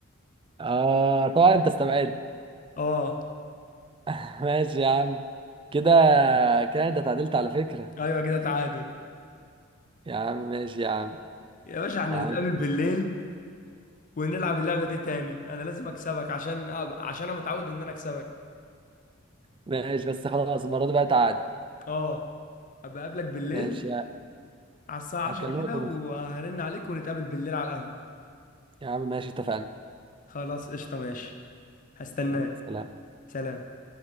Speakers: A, on the right; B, on the left.
A: اه طبعا انت استبعدت
B: آه
A: <laughs> ماشي يا عم كده كده انت تعادلت على فكرة
B: أيوة كده تعادل
A: يا عم ماشي يا عم
B: يا باشا احنا
A: معاك
B: نتقابل
A: دي.
B: بالليل ونلعب اللعبة دي تاني أنا لازم أكسبك عشان عشان أنا متعود إن أنا أكسبك
A: ماشي بس خلاص المرة دي بقى تعادل
B: آه أبقى أقابلك بالليل
A: ماشي
B: على الساعة
A: هكلمك
B: 10 كده
A: ونخرج.
B: وهرن عليك ونتقابل بالليل على القهوة
A: يا عم ماشي اتفقنا
B: خلاص قشطة ماشي هستناك
A: يلا، سلام
B: سلام